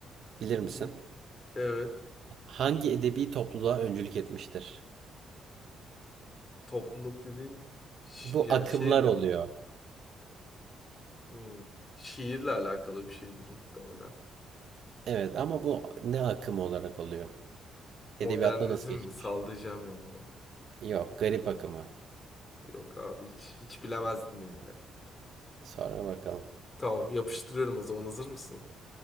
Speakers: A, on the right; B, on the left.
A: bilir
B: Hı
A: misin?
B: hı. Evet.
A: Hangi edebi topluluğa öncülük etmiştir?
B: Topluluk dediğin şi-
A: Bu
B: yani
A: akımlar
B: şey mi?
A: oluyor.
B: Hmm, şiirle alakalı bir şeydir muhtemelen.
A: Evet ama bu ne akımı olarak oluyor?
B: Modernizm
A: Edebiyatta nasıl geçmiş?
B: mi? Sallayacağım yani.
A: Yok, garip akımı.
B: Yok abi hiç, hiç bilemezdim yani.
A: Sonra bakalım.
B: Tamam yapıştırıyorum o zaman hazır mısın?